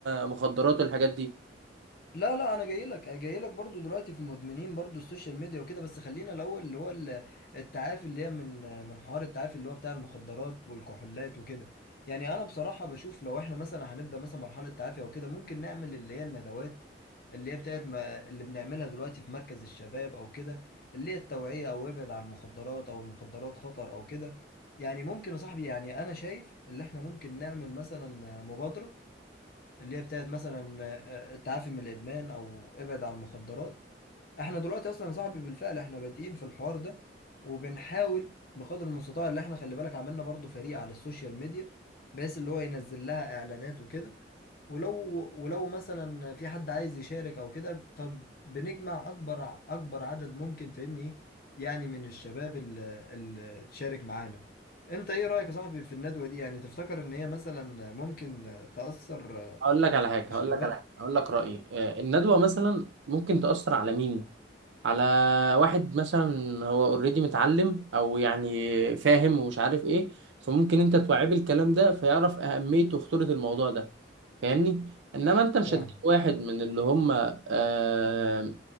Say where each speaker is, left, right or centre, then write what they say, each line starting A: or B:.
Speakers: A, on the right; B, on the left.
A: مخدرات والحاجات دي
B: لا لا انا جاي لك جاي لك برضو دلوقتي في مدمنين برضو السوشيال ميديا وكده بس خلينا الاول اللي هو ال- التعافي اللي هي من من حوار التعافي اللي هو بتاع المخدرات والكحولات وكده يعني انا بصراحة بشوف لو احنا مثلا هنبدأ مثلا مرحلة تعافي او كده ممكن نعمل اللي هي الندوات اللي هي بتاعت ما اللي بنعملها دلوقتي في مركز الشباب او كده اللي هي التوعية او ابعد عن المخدرات او المخدرات خطر او كده يعني ممكن يا صاحبي يعني انا شايف اللي احنا ممكن نعمل مثلا مبادرة اللي هي بتاعت مثلا آه، التعافي من الادمان او ابعد عن المخدرات احنا دلوقتي اصلا يا صاحبي بالفعل احنا بادئين في الحوار ده وبنحاول بقدر المستطاع اللي احنا خلي بالك عملنا برضو فريق على السوشيال ميديا بحيث اللي هو ينزل لها اعلانات وكده ولو ولو مثلا في حد عايز يشارك او كده فبنجمع اكبر اكبر عدد ممكن فاهمني ايه يعني من الشباب اللي, اللي تشارك معانا انت ايه رايك يا صاحبي في الندوه دي يعني تفتكر ان هي مثلا ممكن تاثر
A: هقول لك على حاجه هقول
B: الشباب
A: لك على حاجه هقول لك رايي آه، الندوه مثلا ممكن تاثر على مين على واحد مثلا هو اوريدي متعلم او يعني فاهم ومش عارف ايه فممكن انت توعيه بالكلام ده فيعرف اهمية وخطورة الموضوع ده فاهمني انما انت مش
B: فاهم
A: هتجيب واحد من اللي هم آه